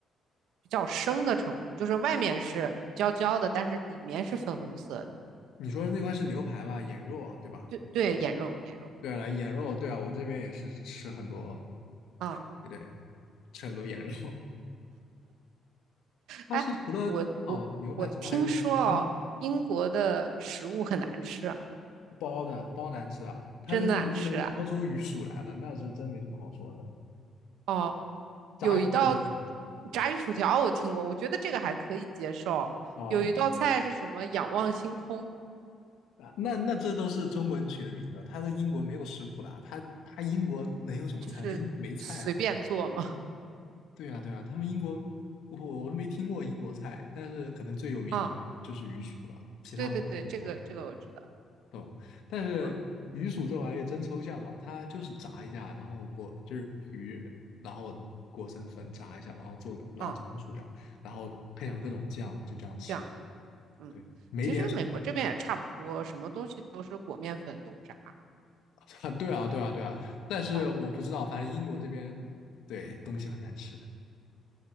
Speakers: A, on the right; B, on the left.
A: 比较生的程度，就是外面是焦焦的，但是里面是粉红色的。
B: 你说的那块是牛排吧，眼肉啊，对吧？
A: 对对，眼肉眼肉
B: 对了，眼肉，对啊，我这边也是吃很多，
A: 啊，
B: 对对，吃很多眼肉。<laughs> 它是除了烤牛排之外还有什么？
A: 哎，我我我听说哦，
B: 嗯。
A: 英国的食物很难吃，
B: 包的包难吃啊，他们这边都能掏出鱼薯来了，
A: 真难吃啊！
B: 那是真没什么好说的。
A: 哦，
B: 炸鱼薯条
A: 有一道炸鱼薯条我听过，我觉得这个还可以接受。
B: 哦，
A: 有一道菜是什么？仰望星空，
B: 啊那那这都是中国人取的名字，他在英国没有食谱的啊他他英国能有什么菜？
A: 就是随便做嘛。
B: 他英国没菜啊。对啊，对啊，他们英国我我都没听过英国菜，但是可能最有名就就是鱼薯了，
A: <laughs> 啊，
B: 其他我都没听过。
A: 对对对，这个这个我知道。
B: 对吧？但是鱼薯这玩意真抽象吧，
A: 啊
B: 它就是炸一下，然后裹就是鱼，然后裹成粉炸一下，然后做然后做成薯条，
A: 啊，
B: 然后配上各种酱，就这样吃。
A: 这样。嗯，
B: 对，没点水
A: 其实美国这边也差不多，什么东西都是裹面粉油炸。
B: <laughs> 啊，对啊，对啊，对啊。但是我不知道，
A: 哦，
B: 反正英国这边对东西很难吃。